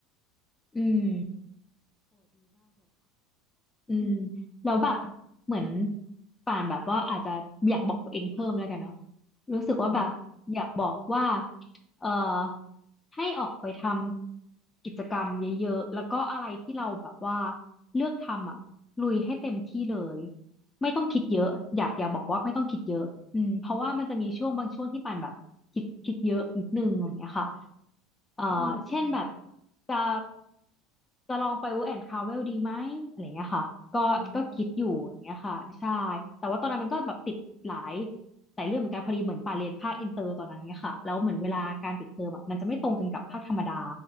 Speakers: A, on the left; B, on the right.
A: อืม
B: อืม
A: อืมแล้วแบบเหมือนป่านแบบว่าอาจจะอยากบอกตัวเองเพิ่มแล้วกันเนาะรู้สึกว่าแบบอยากบอกว่า
B: อืม
A: เอ่อให้ออกไปทำกิจกรรมเยอะๆแล้วก็อะไรที่เราแบบว่าเลือกทำอ่ะลุยให้เต็มที่เลย ไม่ต้องคิดเยอะอยากอยากบอกว่าไม่ต้องคิดเยอะอืมเพราะว่ามันจะมีช่วงบางช่วงที่ปานแบบคิดคิดเยอะนิดนึงอย่างเงี้ยค่ะเอ่อเช่นแบบ
B: อืม
A: จะจะลองไป work and travel ดีไหมอะไรเงี้ยค่ะก็ก็คิดอยู่อย่างเงี้ยค่ะใช่
B: อ๋อ
A: แต่ว่าตอนนั้นมันก็แบบติดหลายหลายเรื่องเหมือนกันพอดีเหมือนปาเรียนภาคอินเตอร์ตอนนั้นเงี้ยค่ะแล้วเหมือนเวลาการปิดเทอมอะมันจะไม่ตรงกันกับภาคธรรมดา